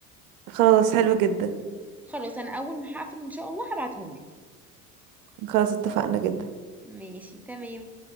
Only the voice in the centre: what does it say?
خلاص أنا أول ما هاقفل إن شاء الله هابعتهم لِك.
ماشي تمام.